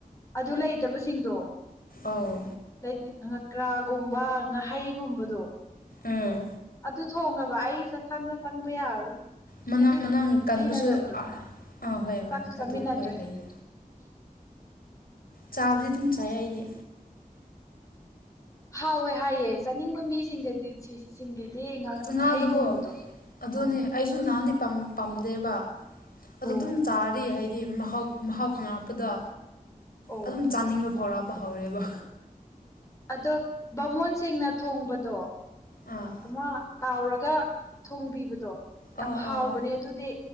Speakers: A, on the left (about 20°); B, on the left (about 80°).
A: ꯑꯗꯨ ꯂꯩꯇꯕꯁꯤꯡꯗꯣꯀ꯭ꯔꯥ
B: ꯑꯧ
A: ꯒꯨꯝꯕ ꯉꯥꯍꯩꯒꯨꯝꯕꯗꯣ
B: ꯎꯝ
A: ꯑꯗꯨ ꯊꯣꯡꯉꯕ ꯑꯩ ꯆꯛꯈꯥꯡꯗ ꯆꯪꯕ ꯌꯥꯔꯔꯣꯏ
B: ꯃꯅ
A: ꯍꯥꯏꯗꯤ
B: ꯃꯅꯥ ꯀꯟꯕꯁꯨ
A: ꯍꯩꯅꯗꯕꯗꯣ
B: ꯑꯥ ꯍꯣꯏ ꯍꯣꯏ
A: ꯆꯥꯛꯁꯨ ꯆꯥꯃꯤꯟꯅꯗ꯭ꯔꯦ
B: ꯑꯗꯨ ꯑꯣꯏ ꯂꯩꯗ
A: <unintelligible>
B: ꯆꯥꯕꯗꯤ ꯑꯗꯨꯝ ꯆꯥꯏ ꯑꯩꯗꯤ
A: ꯍꯥꯎꯋꯦ ꯍꯥꯏꯌꯦ ꯆꯥꯅꯤꯡꯕ ꯃꯤꯁꯤꯡꯒꯗꯤ ꯁꯤꯁꯤꯡꯒꯤꯗꯤ ꯉꯥꯍꯩꯒꯨꯝꯕꯗꯣ
B: ꯉꯥꯗꯣꯀꯣ ꯑꯗꯨꯅꯦ
A: ꯎ
B: ꯑꯩꯁꯨ ꯅꯍꯥꯟꯗꯤ ꯄꯥꯝꯗꯦꯕ ꯑ
A: ꯑꯣ
B: ꯑꯗꯨꯝ ꯆꯥꯔꯤ ꯍꯥꯏꯗꯤ ꯃꯍꯥꯎ ꯃꯍꯥꯎ ꯈꯪꯉꯛꯄꯗꯣ
A: ꯑꯣ
B: ꯑꯗꯨꯝ ꯆꯥꯅꯤꯡꯕ ꯐꯥꯎꯔꯛ ꯥꯎꯔꯦꯕ
A: ꯑꯗꯣ ꯕꯥꯃꯣꯟ ꯁꯦꯡꯅ ꯊꯣꯡꯕꯗꯣ
B: ꯑꯥ
A: ꯑꯃ ꯇꯥꯎꯔꯒ ꯊꯣꯡꯕꯤꯕꯗꯣ ꯌꯥꯝ
B: ꯑꯥ
A: ꯍꯥꯎꯕꯅꯦ
B: ꯑꯥ ꯑꯥ
A: ꯑꯗꯨꯗꯤ